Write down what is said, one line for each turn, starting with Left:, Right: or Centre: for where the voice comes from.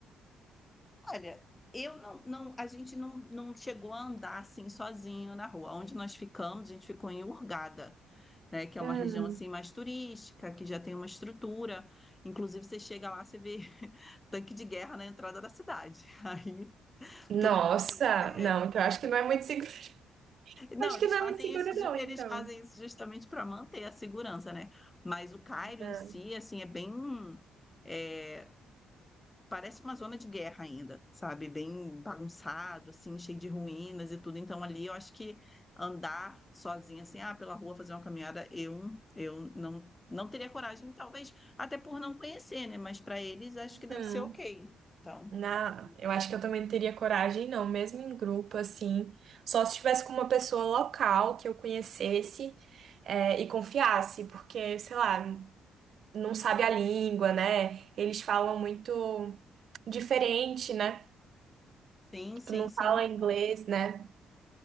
Left: olha, eu não, não, a gente não, não chegou a andar assim sozinho na rua. Onde nós ficamos, a gente ficou em Hurgada. né, que é
Right: Hum.
Left: uma região assim mais turística, que já tem uma estrutura. Inclusive, você chega lá, você vê <laughs> tanque de guerra na entrada da cidade. <laughs> Aí
Right: Nossa,
Left: tudo assim.
Right: não, então acho que não é muito seguro. <laughs>
Left: Não,
Right: Acho
Left: eles
Right: que não
Left: fazem
Right: é muito seguro,
Left: isso,
Right: não,
Left: ju- eles
Right: então.
Left: fazem isso justamente para manter a segurança, né? Mas o Cairo
Right: É.
Left: em si, assim, é bem é, parece uma zona de guerra ainda, sabe? Bem bagunçado, assim, cheio de ruínas e tudo. Então, ali eu acho que andar sozinha, assim, ah, pela rua fazer uma caminhada, eu, eu não, não teria coragem, talvez, até por não conhecer, né? Mas para eles acho que deve
Right: Hum.
Left: ser ok. Então,
Right: Na, eu
Left: mas,
Right: acho que eu também não teria coragem, não, mesmo em grupo, assim. Só se estivesse com uma pessoa local que eu conhecesse, é, e confiasse, porque, sei lá, não sabe a língua, né? Eles falam
Left: sim,
Right: muito diferente, né?
Left: sim, sim.
Right: Tu não
Left: sim.
Right: fala inglês, né?